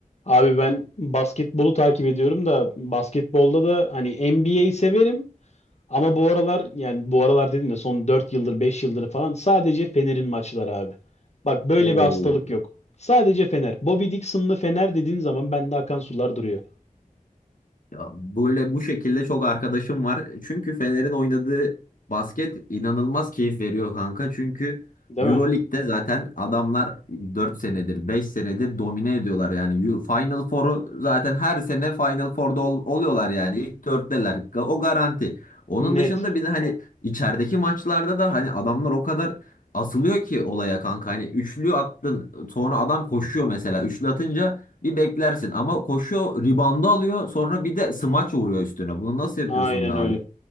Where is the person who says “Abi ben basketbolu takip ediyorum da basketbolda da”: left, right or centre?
Left